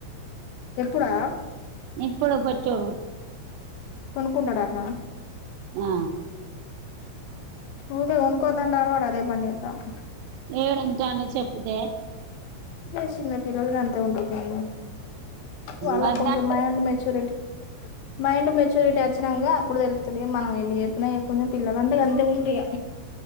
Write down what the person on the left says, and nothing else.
ఎప్పుడా
కొనుకుంటడట్నా
ఊకే కొన్కోదంటండ్ కాన్ వాడ్ అదే పన్జేతండ్
ఏ సిన్న పిల్లలుగాంతే ఉంట్రుగానీ వాళ్ళ
కొంచెం మైండ్ మెచ్యూరిట్ మైండ్ మెచ్యూరిటీ ఆచ్చిన్నాంగా. అప్పుడు తెలుతది మనం ఎన్ని జెప్పినా <unintelligible> కొంచెం పిల్లలంటే అంతే ఉండ్రిగా